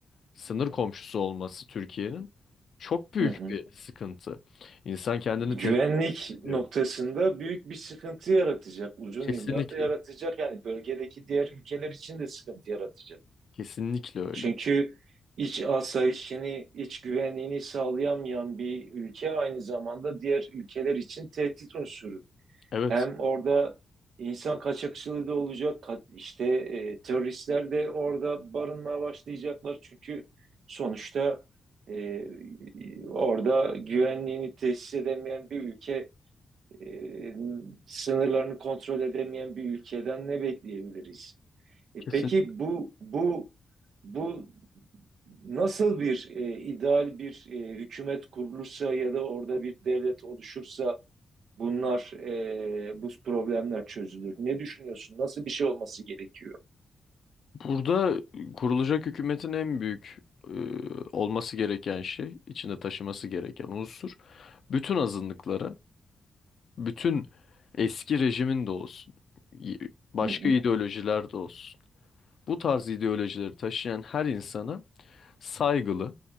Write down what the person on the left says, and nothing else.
sınır komşusu olması Türkiye'nin çok büyük
bir sıkıntı. İnsan kendini
tehdit ediyor.
Kesinlikle.
Kesinlikle öyle.
Evet.
Kesin.
Burada kurulacak hükümetin en büyük e, olması gereken şey, içinde taşıması gereken unsur, bütün azınlıklara, bütün eski rejimin de olsun, y- başka
ideolojiler de olsun. Bu tarz ideolojileri taşıyan her insana saygılı,